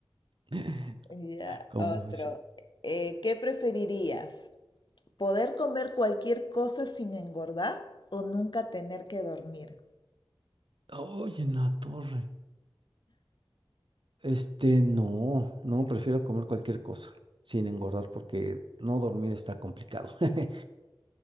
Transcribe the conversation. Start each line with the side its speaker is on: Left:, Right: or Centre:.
Right: <laughs>
Left: Ya,
Right: ¿Cómo
Left: otro.
Right: ves?
Left: Eh, ¿qué preferirías? ¿Poder comer cualquier cosa sin engordar o nunca tener que dormir?
Right: Oye, en la torre! Este, no, no, prefiero comer cualquier cosa sin engordar porque no dormir está complicado. <laughs>